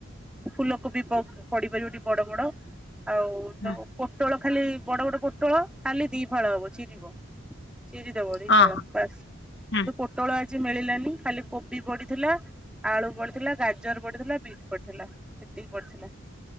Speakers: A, in the centre; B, on the left (about 55°).
A: ଫୁଲକୋବି ପ ପଡ଼ିପାରିବଟି ବଡ଼ ବଡ଼ ଆଉ
B: ହୁଁ
A: ତୋ ପୋଟଳ ଖାଲି ବଡ଼ବଡ଼ ପୋଟଳ ଖାଲି ଦି ଫାଳ ହବ ଚିରିବ। ଚିରି ଦବ ଦି
B: ହଁ
A: ଫାଳ
B: ହଁ
A: ବାସ
B: ହୁଁ
A: ପୋ ଟୋଳ ଆଜି ମିଳିଲାନି ଖାଲି କୋବି ପଡ଼ିଥିଲା ଆଳୁ ପଡ଼ିଥିଲା ଗାଜର ପଡ଼ିଥିଲା ବି ପଡ଼ିଥିଲା ସେତିକି ପଡ଼ିଥିଲା